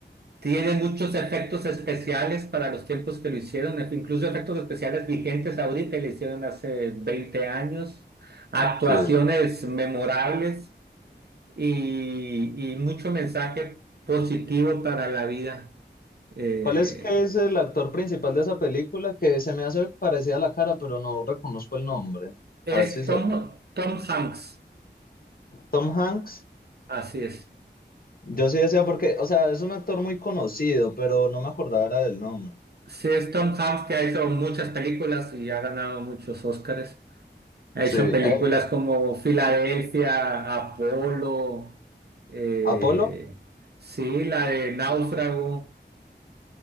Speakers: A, on the right; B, on the left.
A: tiene muchos efectos especiales para los tiempos que lo hicieron, e- incluso efectos especiales vigentes ahorita, y le hicieron hace 20 años, actuaciones
B: Sí.
A: memorables y, y mucho mensaje positivo para la vida. Eh,
B: ¿Cuál es que es el actor principal de esa película que se me hace parecida a la cara, pero no reconozco el nombre?
A: es
B: A ver si se
A: Tom,
B: acuerda.
A: Tom Hanks,
B: Tom Hanks.
A: así es.
B: Yo sí decía porque, o sea, es un actor muy conocido, pero no me acordaba era del nombre.
A: Sí, es Tom Hanks que ha hecho muchas películas y ha ganado muchos Óscares. Ha
B: Sí,
A: hecho películas
B: él,
A: como Filadelfia, Apolo, eh,
B: Apolo.
A: sí, la de Náufrago.